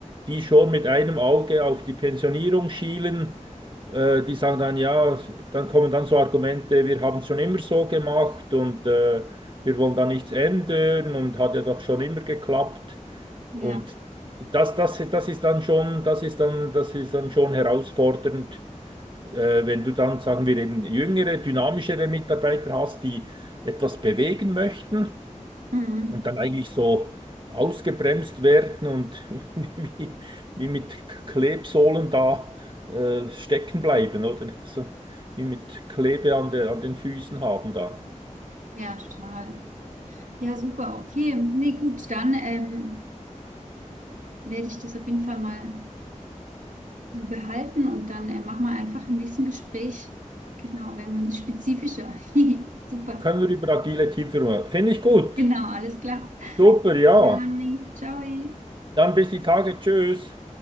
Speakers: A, on the right; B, on the right.
A: die schon mit einem Auge auf die Pensionierung schielen, äh, die sagen dann, ja, dann kommen dann so Argumente, wir haben es schon immer so gemacht und äh, wir wollen da nichts ändern und hat ja doch schon immer geklappt.
B: Ja.
A: Und das, das, das ist dann schon, das ist dann, das ist dann schon herausfordernd äh, wenn du dann, sagen wir, eben jüngere, dynamischere Mitarbeiter hast, die etwas bewegen möchten
B: Mhm.
A: und dann eigentlich so ausgebremst werden und <laughs> wie, wie mit Klebsohlen da äh, stecken bleiben, oder? So, wie mit Klebe an der, an den Füßen haben da.
B: Ja, total. Ja, super, okay. Nee, gut, dann ähm, werde ich das auf jeden Fall mal. so behalten und dann äh, machen wir einfach im nächsten Gespräch. Genau, wenn man spezifischer. <laughs> Super.
A: Können wir über agile Teamführung. Finde ich gut.
B: Genau, alles klar.
A: Super, ja.
B: Dann, ciao.
A: Dann bis die Tage. Tschüss.